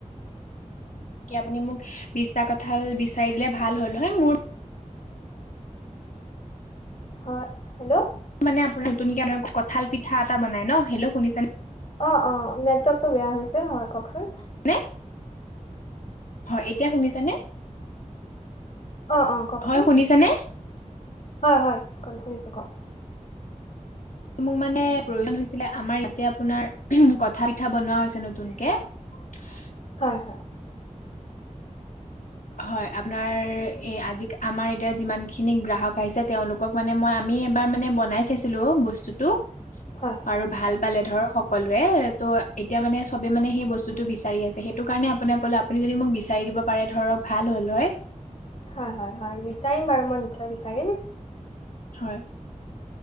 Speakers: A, on the left; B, on the left.
A: আপুনি মোক বিশটা কথাল বিচাৰি দিলে ভাল হ'ল হয় মোৰ।
B: হয় হেল্ল'।
A: মানে আপোনাৰ নতুন কঁঠাল পিঠা এটা বনাই নহ হেল্ল অ' শুনিছানে?
B: অ' অ' নেটৱৰ্কটো বেয়া হৈছে হয় কওঁকচোন
A: কোনে হয় এতিয়া শুনিছানে।
B: অ' অ' কওকচোন
A: হয় শুনিছানে?
B: হয় হয় কওক শুনিছোঁ কওক
A: মোক মানে প্ৰয়োজন হৈছিলে। আমাৰ ইয়াতে আপোনাৰ কথা পিঠা বনোৱা হৈছে নতুনকে। <unintelligible>
B: হয় হয়।
A: হয় আপোনাৰ এ আজি আমাৰ এতিয়া যিমান খিনি গ্ৰাহক আহিছে। তেওঁলোকক মানে মই আমি আমি এবাৰ মানে বনাই চাইছিলো বস্তুটো
B: হয়
A: আৰু ভাল পালে ধৰক সকলোৱে তহ' এতিয়া মানে চবে মানে সেই বস্তুটো বিচাৰি আছে। সেইটো কাৰণে আপোনাক কলে আপুনি যদি মোক বিচাৰি দিয়ে। দিব পাৰে ধৰক ভাল হ'ল হয়।
B: হয় হয় হয় বিচাৰিম বাৰু মই নিশ্চয় বিচাৰিম।
A: হয়।